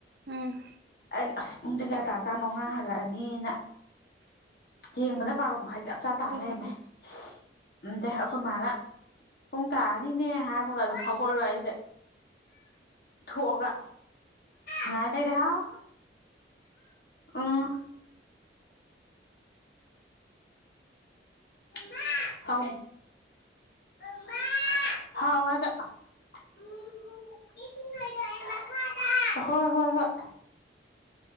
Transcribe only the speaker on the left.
ꯑꯩꯅ ꯑꯁ ꯄꯨꯡꯖꯦ ꯀꯌꯥ ꯇꯥꯔꯥ ꯖꯥꯠꯅꯣ ꯑꯉꯥꯡ ꯍꯜꯂꯛꯑꯅꯤꯅ ꯌꯦꯡꯕꯗ ꯕꯥꯔꯣ ꯃꯈꯥꯏ ꯆꯞ ꯆꯥ ꯇꯥ
ꯂꯩꯔꯝꯃꯦ
ꯁꯍ ꯑꯝꯗꯩ ꯑꯩꯈꯣꯏ ꯃꯥꯅ ꯄꯨꯡ ꯇꯥꯔꯅꯤꯅꯦ ꯍꯥꯏꯕꯒ ꯑꯗꯨꯝ ꯍꯧꯒꯠꯂ ꯑꯩꯁꯦ ꯊꯣꯛꯑꯒ ꯉꯥꯏ ꯂꯩꯔꯦ ꯍꯥꯎ ꯎꯝ ꯃꯥ--ꯍꯥꯎꯃꯤ ꯏꯃꯥ ꯍꯥꯎ ꯍꯥꯏꯔꯒ ꯃꯤꯅꯨꯖꯦ ꯏꯁꯤꯡ ꯍꯩꯗꯣꯛꯑꯦ ꯃꯈꯥꯗ ꯍꯣꯏ ꯍꯣꯏ ꯍꯣꯏ